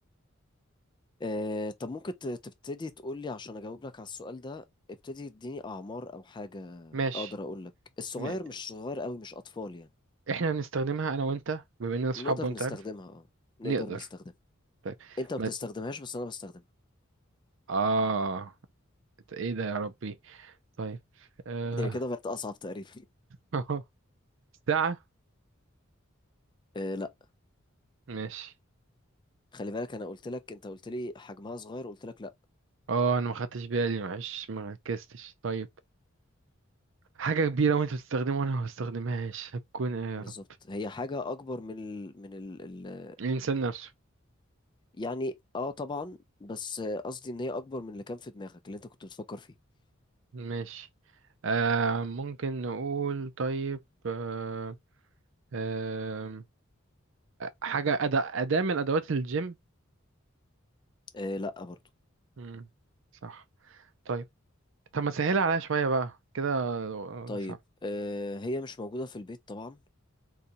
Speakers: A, on the left; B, on the right.
A: آه، طب ممكن ت- تبتدي تقول لي عشان اجاوب لك على السؤال ده ابتدي اديني اعمار او حاجه
B: ماشي
A: اقدر اقول لك الصغير
B: م...
A: مش صغير قوي مش اطفال يعني
B: احنا بنستخدمها انا وانت بما اننا صحاب
A: نقدر
B: وانت
A: نستخدمها
B: عارف
A: اه نقدر
B: نقدر
A: نستخدمها
B: طيب
A: انت ما
B: ما
A: بتستخدمهاش
B: ت-
A: بس انا بستخدمها
B: اه ده ايه ده يا ربي طيب آه...
A: هي كده بقت اصعب تقريبا
B: <laughs> ساعة
A: <laughs> آه لا
B: ماشي
A: خلي بالك انا قلت لك انت قلت لي حجمها صغير قلت لك لا
B: اه انا ما خدتش بالي معلش ما ركزتش طيب حاجة كبيرة وانت بتستخدمها وانا ما بستخدمهاش هتكون ايه يا
A: بالظبط
B: رب
A: هي حاجه اكبر من ال من ال ال
B: الانسان نفسه
A: يعني اه طبعا بس آه، قصدي ان هي اكبر من اللي كان في دماغك اللي انت كنت بتفكر فيه
B: ماشي آه ممكن نقول طيب آه آه حاجة أداة أداة من أدوات الجيم
A: آه لا برضو
B: مم. صح طيب طب ما سهل عليها شوية بقى كده
A: طيب
B: ده صعب
A: آه، هي مش موجودة في البيت طبعا